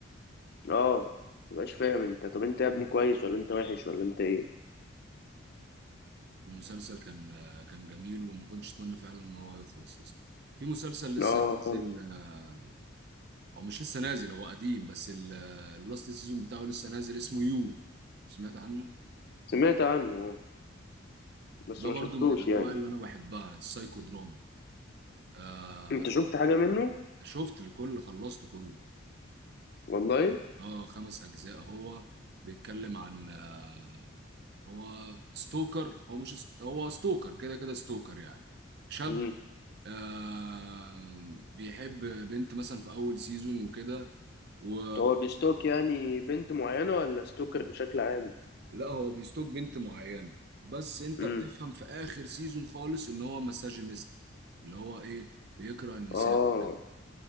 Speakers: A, on the left; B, on the right.
A: اه متبقاش فاهم انت طب انت يا ابني كويس ولا انت وحش ولا انت ايه
B: المسلسل كان آه، كان جميل وما كنتش اتمنى فعلا ان هو يخلص يا اسطى في مسلسل لسه
A: اه
B: نازل
A: خالص
B: آه، او مش لسه نازل هو قديم بس اللاست سيزون بتاعه لسه نازل اسمه يو سمعت عنه
A: سمعت عنه آه، بس
B: ده
A: ما
B: برضو
A: شفتوش
B: من الانواع
A: يعني
B: اللي انا بحبها السايكو دراما آه
A: انت شفت حاجه منه
B: شفت الكل خلصت كله
A: والله
B: اه خمس اجزاء هو بيتكلم عن آه هو ستوكر هو مش ست- هو ستوكر كده كده ستوكر يعني شاب
A: امم
B: آه بيحب بنت مثلا في اول سيزون وكده و
A: هو بيستوك يعني بنت معينه ولا ستوكر بشكل عام
B: لا هو بيستوك بنت معينه بس انت
A: امم
B: بتفهم في اخر سيزون خالص ان هو مساجينيست اللي هو ايه بيكره النساء
A: اه
B: وكده